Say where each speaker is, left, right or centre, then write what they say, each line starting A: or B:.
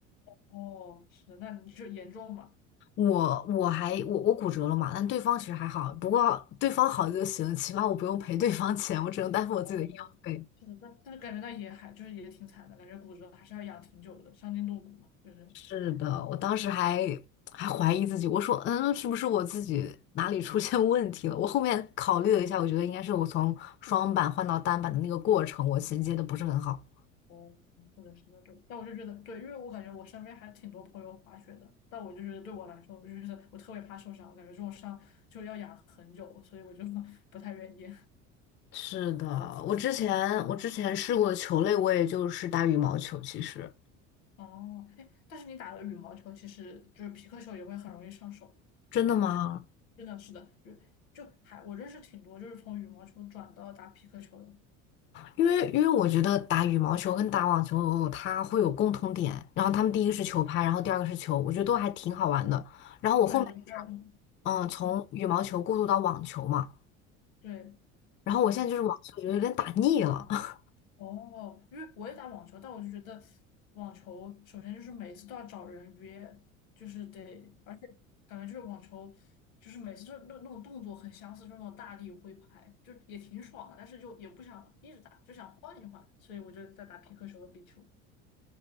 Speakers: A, on the left (about 75°); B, on the left (about 30°).
A: 哦，是的，那你就是严重吗？
B: 我我还我我骨折了嘛，但对方其实还好，不过对方好就行，起码我不用赔对方钱，我只能担负我自己的医药费。
A: 哦，是的，那但是感觉那也还就是也挺惨的，感觉骨折还是要养挺久的，伤筋动骨嘛，就是。
B: 是的，我当时还还怀疑自己，我说，嗯，是不是我自己哪里出现问题了？我后面考虑了一下，我觉得应该是我从双板换到单板的那个过程，我衔接的不是很好。
A: 哦，是的，是的，对。但我就觉得，对，因为我感觉我身边还挺多朋友滑雪的，但我就觉得对我来说，我就觉得我特别怕受伤，我感觉这种伤就要养很久，所以我就 <laughs> 不太愿意。
B: 是的，我之前我之前试过的球类，我也就是打羽毛球。其实
A: 哦，哎，但是你打了羽毛球，其实就是皮克球也会很容易上手，
B: 真的吗？
A: 就是真的，是的，就就还我认识挺多，就是从羽毛球转到打皮克球的，
B: 因为因为我觉得打羽毛球跟打网球它会有共同点，然后他们第一个是球拍，然后第二个是球，我觉得都还挺好玩的。然后我后面是
A: 对，就还有
B: 嗯，从羽毛球过渡到网球嘛。
A: 对对对，
B: 然后我现在就是网球觉得有点打腻了。<laughs>
A: 哦，因为我也打网球，但我就觉得网球首先就是每次都要找人约，就是得，而且感觉就是网球就是每次就那那种动作很相似，就那种大力挥拍，就也挺爽的，但是就也不想一直打，就想换一换，所以我就在打皮克球和壁球